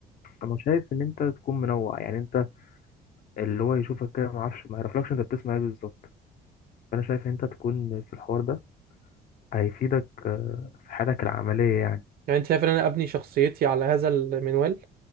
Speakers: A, on the left; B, on the right.
A: انا شايف ان انت تكون منوع يعني انت اللي هو يشوفك كده ما اعرفش ما يعرفلكش انت بتسمع ايه بالظبط فانا شايف ان انت تكون في الحوار ده هيفيدك آه، في حياتك العمليه يعني
B: يعني انت شايف ان انا ابني شخصيتي على هذا المنوال